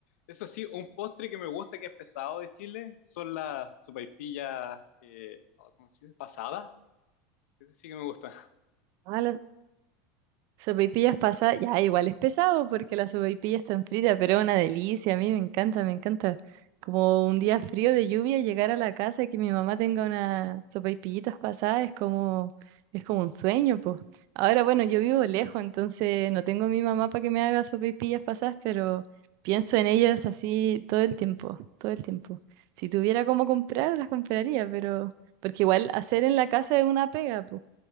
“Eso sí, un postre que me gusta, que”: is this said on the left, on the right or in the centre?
Left